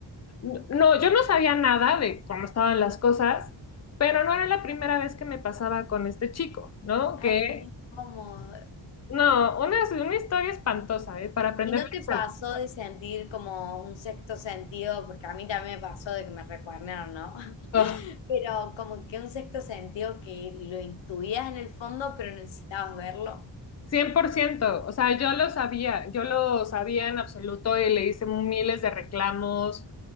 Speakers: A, on the left; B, on the left.
A: No, yo no sabía nada de cómo estaban las cosas, pero no era la primera vez que me pasaba con este chico, ¿no?
B: Ay,
A: Que
B: qué incómodo.
A: no, una, una historia espantosa, ¿eh? Para aprender
B: ¿Y no
A: lecciones.
B: te pasó de sentir como un sexto sentido? Porque a mí también me pasó de que me recuernaron, ¿no? <laughs>
A: Ah,
B: Pero como que un sexto sentido que lo intuías en el fondo, pero necesitabas verlo.
A: cien por ciento o sea, yo lo sabía, yo lo sabía en absoluto y le hice miles de reclamos,